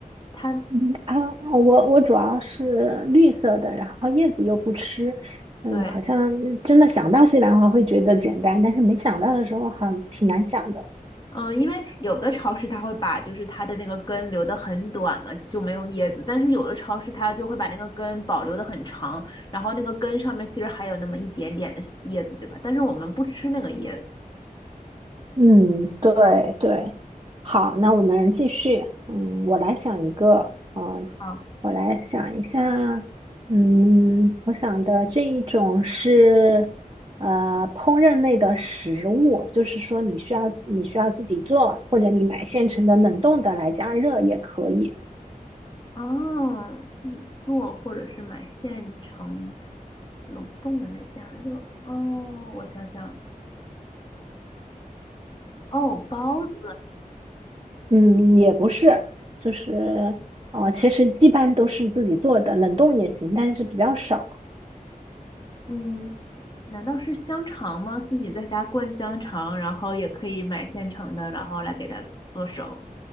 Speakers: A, on the left; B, on the right.
A: 它
B: 嗯啊，我我主要是绿色的，然后叶子又不吃，嗯，
A: 对，
B: 好像真的想到西兰花会觉得简单，但是没想到的时候好像挺难想的。
A: 嗯，因为有的超市它会把就是它的那个根留得很短嘛，就没有叶子，但是有的超市它就会把那个根保留的很长，然后那个根上面其实还有那么一点点的叶子，对吧？但是我们不吃那个叶子。
B: 嗯，对对，好，那我们继续。嗯，我来想一个，嗯，
A: 哦
B: 我来想一下，嗯，我想的这一种是呃烹饪类的食物，就是说你需要你需要自己做，或者你买现成的冷冻的来加热也可以。
A: 哦，自己做或者是买现成冷冻的来加热。哦，我想想，哦，包子，
B: 嗯，也不是，就是呃，其实一般都是自己做的，冷冻也行，但是比较少。
A: 嗯，难道是香肠吗？自己在家灌香肠，然后也可以买现成的，然后来给它做熟。